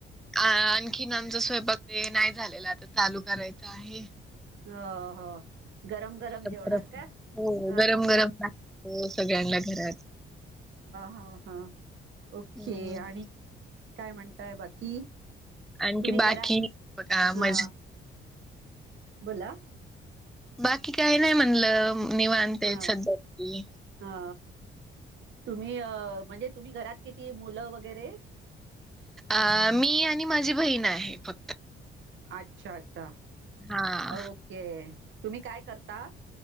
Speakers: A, in the centre; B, on the right.
A: अ आणखीन आमचा स्वयंपाक ते नाही झालेला आता चालू करायचं आहे.
B: ह हा गरम गरम जेवणार
A: गरम
B: का.
A: हो
B: हा
A: गरम गरम लागतो सगळ्यांना घरात
B: हा हा ओके
A: हम्म
B: आणि काय म्हणताय बाकी,
A: आणखी
B: तुम्ही घरा
A: बाकी बघा
B: हा
A: मज
B: बोला.
A: बाकी काही नाही म्हणलं निवांत
B: हा
A: सध्या तरी
B: हा तुम्ही अ म्हणजे तुम्ही घरात किती मुलं वगैरे
A: अ मी आणि माझी बहीण आहे फक्त
B: अच्छा अच्छा
A: हा.
B: ओके तुम्ही काय करता?